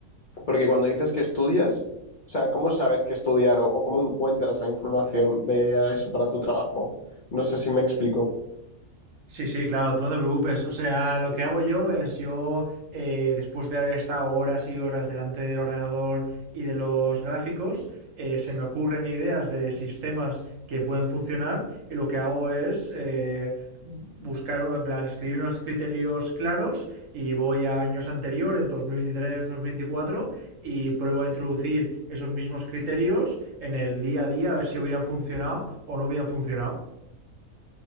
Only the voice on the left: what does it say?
porque cuando dices que estudias, o sea, ¿cómo sabes que estudiar o, o cómo encuentras la información de eso para tu trabajo? No sé si me explico.